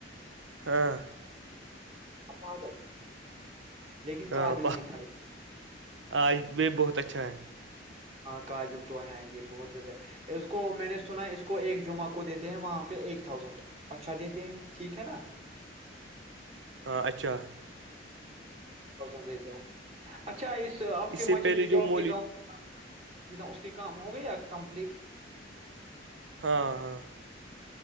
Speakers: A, on the right; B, on the right.
A: ہاں
B: اپداب لیکن
A: ہاں
B: کا دل بیٹھائی
A: آج بھی بہت تھا
B: ہاں کابل تو ہے یہ بہت زیادہ اس کو میں نے سنا اس کو ایک جمعہ کو دیتے ہیں وہاں پہ ایک تھازینڈ اچھا دیتے ہیں ٹھیک ہے نا
A: ہ اچھا
B: زڈ دیتے ہیں اچھا اس تو آپ کے
A: سے
B: مسجد
A: پہلے
B: بھی جو آپ
A: مولی
B: کے گاؤں جی اس کے کام ہو گئی یا کمپلیٹ
A: ہاں ہاں